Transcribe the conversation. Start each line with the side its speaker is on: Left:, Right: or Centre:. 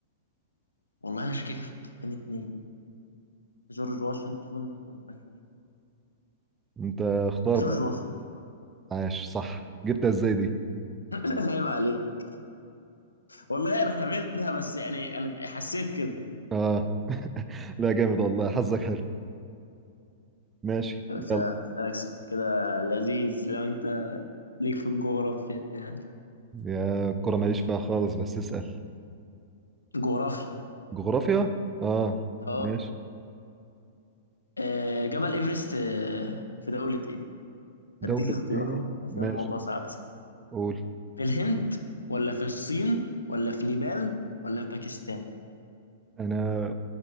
Left: والله انا شاكك في- بين اتنين جورج واشنطن وابراهيم لينكولن
Right: انت اختار
Left: جورج
Right: بقى
Left: واشنطن
Right: عاش صح جبتها ازاي دي
Left: <laughs> عيب عليك والله انا هبدها بس يعني انا حسيت كده
Right: اه لا جامد والله حظك حلو ماشي
Left: يا باشا
Right: يلا
Left: اسالك سؤال كده لذيذ لو انت ليك في الجغرافيا يعني
Right: يا الكرة ماليش فيها خالص بس اسأل
Left: جغرافيا
Right: جغرافيا اه
Left: اه
Right: ماشي
Left: آه، جبل ايفرست آه، في دولة ايه
Right: دولة
Left: أديك اختيارات
Right: ايه
Left: عشان
Right: ماشي
Left: الموضوع صعب سي.
Right: قول
Left: في الهند ولا في الصين ولا في نيبال ولا في باكستان
Right: انا